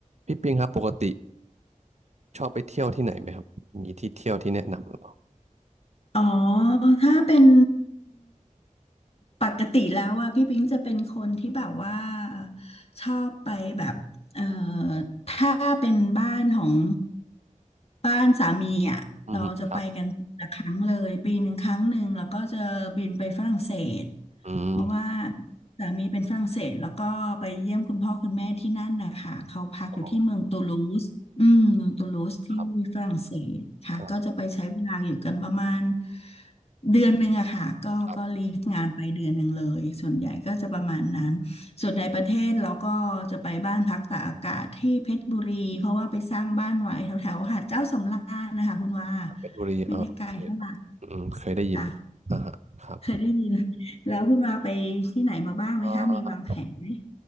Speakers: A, on the right (about 55°); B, on the left (about 50°).
A: พี่ปิงครับปกติชอบไปเที่ยวที่ไหนไหมครับมีที่เที่ยวที่แนะนำหรือเปล่า
B: อ๋อ ถ้าเป็นปกติแล้วอะพี่ปิงจะเป็นคนที่แบบว่าชอบไปแบบเอ่อถ้าเป็นบ้านของบ้านสามีอะเราจะไปกันละครั้งเลยปีหนึ่งครั้งหนึ่งแล้วก็จะบินไปฝรั่งเศส
A: อืมครับอืม
B: เพราะว่าสามีเป็นฝรั่งเศสแล้วก็ไปเยี่ยมคุณพ่อคุณแม่ที่นั่นนะคะเขาพักอยู่ที่เมืองตูลูสอืมเมืองตูลูสที่ฝรั่งเศสค่ะก็จะไปใช้เวลาอยู่กันประมาณ
A: อ๋อครับครับ
B: เดือนหนึ่งอะค่ะก็ก็ลีฟงานไปเดือนหนึ่งเลยส่วนใหญ่ก็จะประมาณนั้นส่วนในประเทศเราก็จะไปบ้านพักตากอากาศที่เพชรบุรีเพราะว่าไปสร้างบ้านไว้แถวแถวหาดเจ้าสำราญนะคะคุณว่า
A: ครับเพชรบุรีเออโอเคครับอืมเคยได้ยินอ่าฮะครับ
B: ไม่ได้ไกลเท่าไหร่จ้ะ เคยได้ยินแล้วคุณมาไปที่ไหนมาบ้างไหมคะมีวางแผนไหม
A: เอ่อ